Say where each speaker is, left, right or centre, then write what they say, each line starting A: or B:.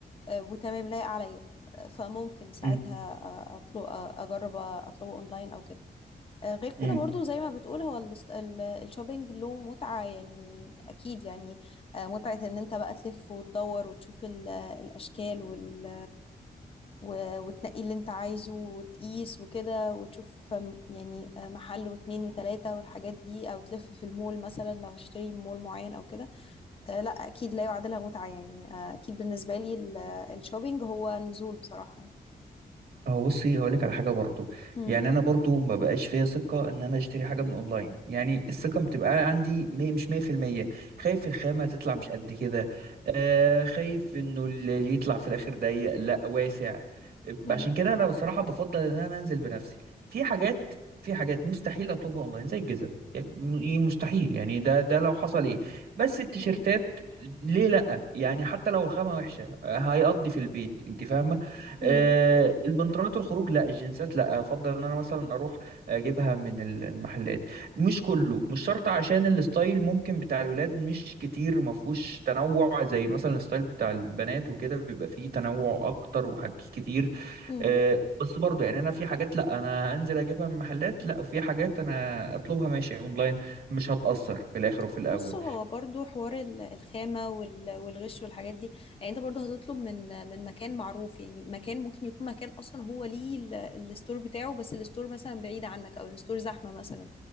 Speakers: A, on the left; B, on the right.
A: آه، وتمام لايق عليا آه، فممكن ساعتها
B: مم،
A: آه، اطلب آه، اجرب اطلبه اونلاين او كده آه، غير
B: مم.
A: كده برضو زي ما بتقول هو الاست- ال- الشوبينج له متعة يعني أكيد يعني آه، متعة إن أنت بقى تلف وتدور وتشوف ال- الأشكال وال و- وتنقي اللي أنت عايزه وتقيس وكده وتشوف آم، يعني آه، محل واتنين وتلاتة والحاجات دي أو تلف في المول مثلا لو هشتري من مول معين أو كده آه، لا أكيد لا يعادلها متعة يعني آه، أكيد بالنسبة لي ال- الشوبينج هو نزول بصراحة يعني.
B: هو بصي هقول لك على حاجه برضو
A: مم.
B: يعني انا برضو ما بقاش فيا ثقه ان انا اشتري حاجه من اونلاين يعني الثقه بتبقى عندي مي- مش 100% خايف الخامه تطلع مش قد كده آه خايف انه اللي يطلع في الاخر ضيق لا واسع
A: مم.
B: عشان كده انا بصراحه بفضل ان انا انزل بنفسي في حاجات في حاجات مستحيل اطلبها اونلاين زي الجزم يعني م- إيه، مستحيل يعني ده ده لو حصل ايه بس التيشيرتات
A: مم.
B: ليه لا يعني حتى لو الخامه وحشه هيقضي في البيت انت فاهمه
A: مم.
B: آه، البنطلونات الخروج لا الجنسات لا افضل ان انا مثلا اروح اجيبها من ال- المحلات مش كله مش شرط عشان الستايل ممكن بتاع الولاد مش كتير ما فيهوش تنوع زي مثلا الستايل بتاع البنات وكده بيبقى فيه تنوع اكتر وحاجات كتير
A: مم.
B: آه، بس برضو يعني انا في حاجات لا انا انزل اجيبها من محلات لا وفي حاجات انا اطلبها ماشي اونلاين مش هتأثر في الاخر وفي الاول
A: بص هو برضو حوار ال- الخامة وال- والغش والحاجات دي يعني انت برضو هتطلب من من مكان معروف يعني مكان ممكن يكون مكان اصلا هو ليه ال- الستور بتاعه بس الستور مثلا بعيد عنك او الستور زحمة مثلا